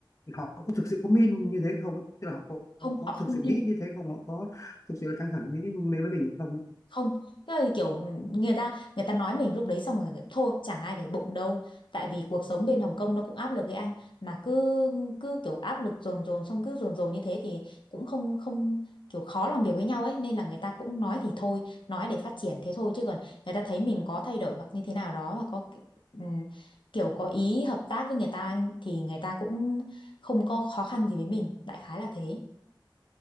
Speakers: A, on the left; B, on the left.
A: họ có thực sự có min như thế không ấy? tức là họ có,
B: không
A: có, có
B: họ không
A: thực sự
B: đi
A: nghĩ như thế không họ có thực sự là căng thẳng với mình với mình hay không ấy?
B: không tức là kiểu người ta người ta nói mình lúc đấy xong rồi thôi chẳng ai để bụng đâu tại vì cuộc sống bên Hồng Kông nó cũng áp lực với anh mà cứ cứ kiểu áp lực dồn dồn xong cứ dồn dồn như thế thì cũng không không kiểu khó làm việc với nhau ấy nên là người ta cũng nói thì thôi nói để phát triển thế thôi chứ còn người ta thấy mình có thay đổi hoặc như thế nào đó hoặc có ừm, kiểu có ý hợp tác với người ta thì người ta cũng không có khó khăn gì với mình đại khái là thế